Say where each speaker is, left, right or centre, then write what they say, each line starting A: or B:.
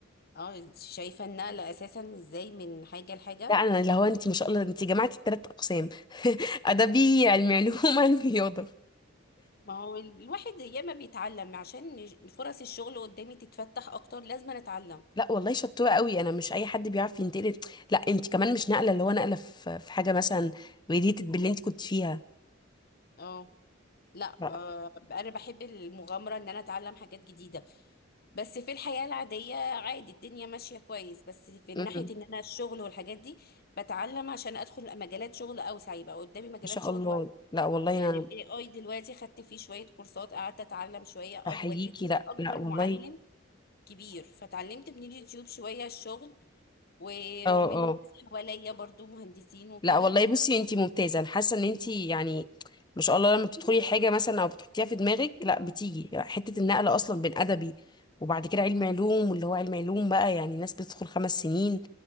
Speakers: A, on the left; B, on the left.
A: اه انت شايفة النقلة أساسا ازاي من حاجة لحاجة؟
B: لا انا اللي هو انت ما شاء الله انت جمعتي التلات اقسام <laughs> ادبي علمي علوم علمي رياضه
A: ما هو ال- الواحد ياما بيتعلم عشان فرص الشغل قدامي تتفتح أكتر لازم أنا أتعلم
B: لا والله شطوره قوي انا مش اي حد بيعرف ينتقل لا انت كمان مش نقله اللي هو نقله في في حاجه مثلا ريليتد باللي انت كنت فيها
A: اه لا
B: لا
A: آه انا بحب المغامره ان انا اتعلم حاجات جديده بس في الحياه العاديه عادي الدنيا ماشيه كويس بس في ناحيه
B: مم. ما
A: ان انا الشغل والحاجات دي بتعلم عشان ادخل مجالات شغل اوسع يبقى قدامي مجالات
B: شاء
A: شغل
B: الله
A: واسعه
B: لا والله
A: يعني
B: انا
A: الاي اي دلوقتي خدت فيه شويه كورسات قعدت اتعلم شويه اه
B: بحييكي
A: هو اليوتيوب
B: لا
A: اكبر
B: لا والله
A: معلم كبير فتعلمت من اليوتيوب شويه الشغل و-
B: اه
A: ومن
B: اه
A: ناس حواليا برضو مهندسين وكده
B: لا والله بصي انتي ممتازه انا حاسه ان انتي يعني ما شاء الله لما بتدخلي حاجه مثلا او بتحطيها في دماغك لا بتيجي حته النقل اصلا بين ادبي وبعد كده علم علوم واللي هو علم علوم بقى يعني ناس بتدخل خمس سنين